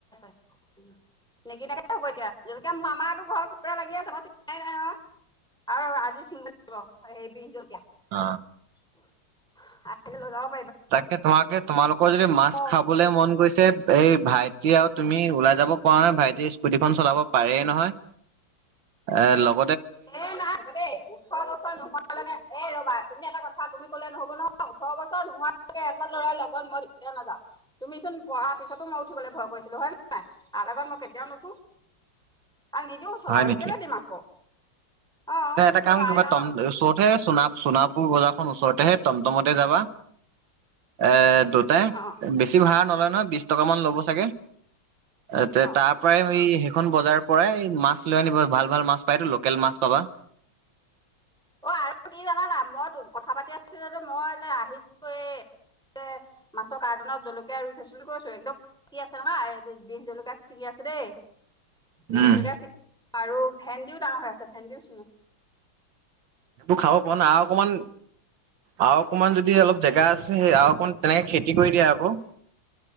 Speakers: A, in the centre; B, on the right.
A: <unintelligible> নিকিনাকে হব এতিয়া যেনেকে <unintelligible> আৰু আজি চিঙব লাগব সেই বিন, জলকীয়া।
B: অ
A: <unintelligible>
B: তাকে তোমাকে তোমালোকৰ যদি মাছ
A: অ
B: খাবলৈ মন গৈছে এই ভাইটি আৰু তুমি ওলাই যাব পৰা নাই ভাইটি স্কুটিখন চলাব পাৰেই নহয়। এ' লগ
A: এ'নাই হ'ব দে ওঠৰ বছৰ নোহোলেনে এ' ৰ'বা তুমি এটা কথা তুমি কলে নহ'ব নহ ওঠৰ বছৰ নোহোৱকে এটা ল'ৰাৰ লগত মই কেতিয়াও নাযাওঁ তুমি চোন পঢ়াৰ পিছতো মই উঠিবলৈ ভয় কৰিছিলো হয় নে নাই তাৰ লগত মই কেতিয়াও নুঠো।
B: <inaudible>
A: তাক নিদিও চলাবলে
B: হয় নেকি
A: কেলে দিম আকৌ। অ
B: তে এটা
A: সেইটো
B: কাম কৰিবা
A: আইনৰ
B: তম
A: অ
B: শো <unintelligible> সোণাপুৰ বজাৰখন ওচৰতেহে টমটমতে যাবা এ' দুটাই
A: অ
B: বেছি ভাঢ়া নলয় নহয় বিছ টকামান ল'ব চাগে। এ' তে
A: অ অ
B: তাৰ পৰাই হৈ এইখন বজাৰৰ পৰাই মাছ লৈ আনিব ভাল- ভাল মাছ পায়তো লোকেল মাছ পাবা।
A: অ', আৰু কি জানানা মইতো কথা পাতি আছিলোটো মই যে আহিছো এ তে মাছৰ কাৰ্টুনত জলকীয়া ৰুই থৈছিলো কৈছো একদম সি আছে নহয় আই বিন জলকিয়া ছিঙি আছে দেই। বিন
B: উম
A: জলকীয়া <unintelligible> আৰু ভেন্দিও ডাঙৰ হৈ আছে ভেন্দিও চিঙো
B: এইবোৰ খাব পোৱা না আৰু অকমান আৰু অকমান যদি অলপ জেগা আছে সেই আৰু অকমান তেনেকে খেতি কৰি দিয়া আকৌ।